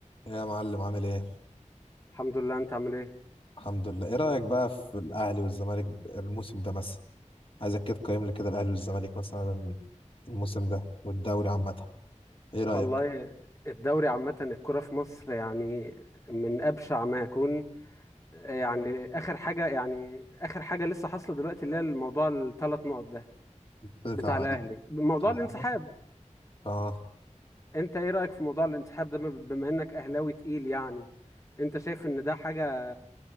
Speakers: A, on the left; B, on the left.
A: يا معلم عامل ايه؟
B: الحمد لله انت عامل ايه
A: الحمد لله، ايه رأيك بقى في الأهلي والزمالك الموسم ده مثلا؟ عايزك كده تقيم لي كده الأهلي والزمالك مثلا الموسم ده والدوري عامة، ايه رأيك؟
B: والله الدوري عامة الكرة في مصر يعني من أبشع ما يكون يعني آخر حاجة يعني آخر حاجة لسه حاصلة دلوقتي اللي هي الموضوع الثلاث نقط ده
A: بتاع
B: بتاع الأهلي موضوع
A: بتاع
B: الانسحاب
A: الأهلي؟ اه
B: انت ايه رأيك في موضوع الانسحاب ده بم- بما انك أهلاوي تقيل يعني انت شايف ان ده حاجة